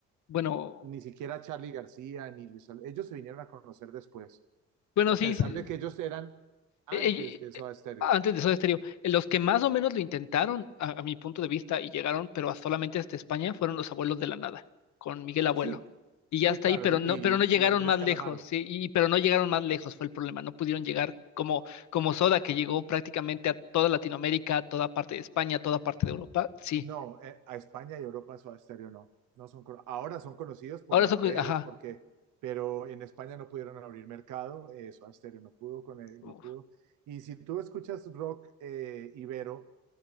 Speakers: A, on the left (about 70°); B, on the right (about 85°).
A: Bueno,
B: Ni siquiera Charlie García, ni Luis Al- ellos se vinieron a conocer después,
A: bueno,
B: a
A: sí,
B: pesar
A: sí,
B: de que ellos eran antes
A: Eh,
B: de
A: eh,
B: Soda
A: eh,
B: Stereo.
A: Antes de Soda Stereo, eh, los que más o menos lo intentaron, a, a mi punto de vista, y llegaron, pero a- solamente hasta España, fueron los Abuelos de la Nada, con Miguel Abuelo.
B: Sí,
A: Y ya
B: sí,
A: está
B: claro,
A: ahí, pero
B: y,
A: no,
B: y-
A: pero no llegaron
B: y Andrés
A: más
B: Calamaro.
A: lejos, sí, y, pero no llegaron más lejos, fue el problema. No pudieron llegar como, como Soda, que llegó prácticamente a toda Latinoamérica, a toda parte de España, a toda parte de Europa, sí.
B: No, eh, a España y Europa Soda Stereo no. No son, cono- ahora son conocidos por
A: Ahora
B: las
A: eso,
B: redes,
A: pues, ajá.
B: porque, pero en España no pudieron abrir mercado, eh, Soda Stereo no pudo, con el-
A: Uf.
B: no pudo. Y si tú escuchas rock eh, ibero,